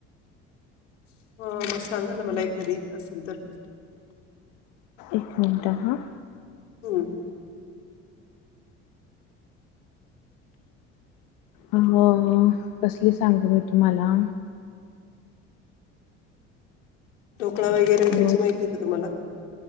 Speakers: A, on the left; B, on the left.
A: <inaudible> हा मग सांगा ना मला एखाधी असेल तर
B: एक मिनट हा
A: हम
B: अ कसली सांगू मी तुम्हाला
A: ढोकळा वगैरे
B: अ
A: त्याची माहिती का तुम्हाला